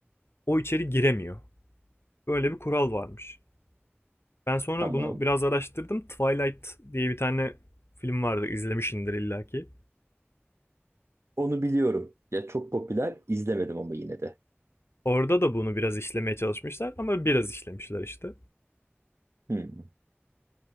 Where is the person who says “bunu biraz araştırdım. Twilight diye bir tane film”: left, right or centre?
Left